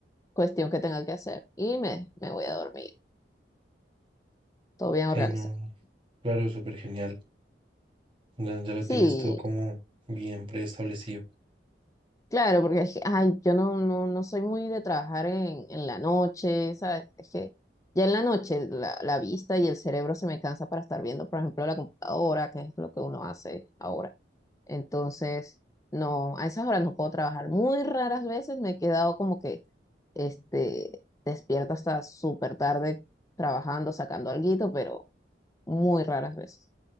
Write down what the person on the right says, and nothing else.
Sí,
no, claro, súper genial. Ya, ya lo
tienes todo como bien preestablecido.